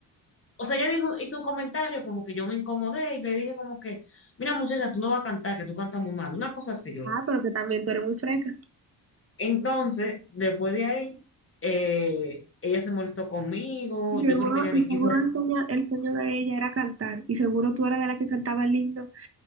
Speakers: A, on the left (about 30°); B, on the right (about 35°).
A: O sea, ella dijo, hizo un comentario como que yo me incomodé y le dije como que, mira muchacha, tú no vas a cantar, que tú cantas muy mal. Una cosa así yo le
B: Ah,
A: dije.
B: pero que también tú eres muy fresca.
A: Entonces, después de ahí, eh, ella se molestó conmigo,
B: Y seguro,
A: yo creo que ella ni
B: y seguro
A: quiso.
B: el sueño, el sueño de ella era cantar. Y seguro tú eras de la que cantaba el himno.